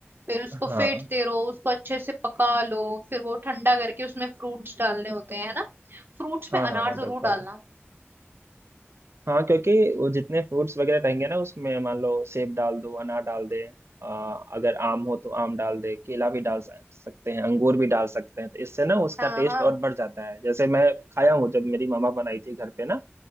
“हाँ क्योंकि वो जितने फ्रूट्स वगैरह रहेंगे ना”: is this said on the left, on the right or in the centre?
Right